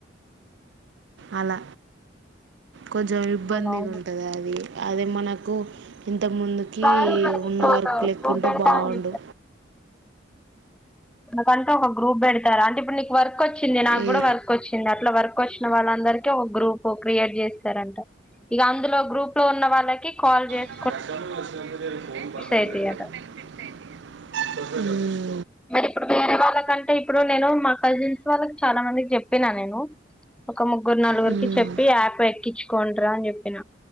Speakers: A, on the right; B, in the centre.
A: అలా కొంచెం ఇబ్బందిగా
B: అవునవును
A: ఉంటది అది అది మనకు ఇన్ ఇంతముందుకి
B: సారు మనకి
A: ఉన్నవర్కు
B: ఇప్పుడు ఒక
A: లెక్కుంటే
B: గ్రూప్ పెడతా
A: బాగుండు
B: అని అ కంటే ఒక గ్రూప్ పెడతారు అంటే ఇప్పుడు నీకు వర్క్ కు వచ్చింది నాకు
A: ఈ-
B: కూడా వర్క్ వచ్చింది అట్లా వర్క్ వచ్చింది వాళ్ళందరికీ ఒక గ్రూప్ క్రియేట్ చేస్తారంట ఇగ అందులో గ్రూప్ లో ఉన్న వాళ్ళకి కాల్ చేస్
A: తీసుకుంటే మనకు బెనిఫిట్స్
B: అయితాయట
A: అయితాయి అట ఉ
B: మరి ఇప్పుడు వేరే వాళ్లకన్ టె ఇప్పుడు నేను మా కజిన్స్ వాళ్ళకి చాలా మందికి చెప్పినా నేను ఒక ముగ్గురు నలుగురికి
A: మ్మ్.
B: చెప్పి యాప్ ఎక్కించుకుంటరా అని చెప్పిన